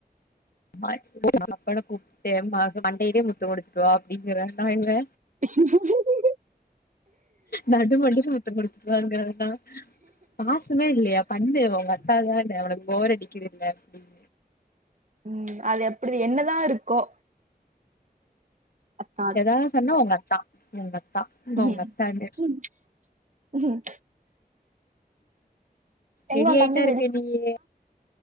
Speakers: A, on the left; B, on the right.
A: <inaudible> அப்பன கூப்டே மாசோ மண்டையிலே முத்தம் குடுத்துட்டுவா அப்டிங்குறன்டா இவே
B: அத்தான்ட்டு
A: நடு மண்டையில முத்தோ குடுத்துட்டுவாங்குறன பாசமே இல்லையா பண்ணு ஒங்க அத்தாதான உனக்கு போர் அடிக்கிதுல்ல அப்டின்
B: ம் அது எப்டி என்னதா இருக்கோ அத்தா
A: எதாவுது சொன்னா உங்க அத்தா உங்க அத்தா
B: உம்
A: உங்க அத்தான்னு
B: உம் உம் எங்க
A: ரெடி
B: உன்
A: ஆய்ட்டாருக்க
B: தம்பி
A: நீயி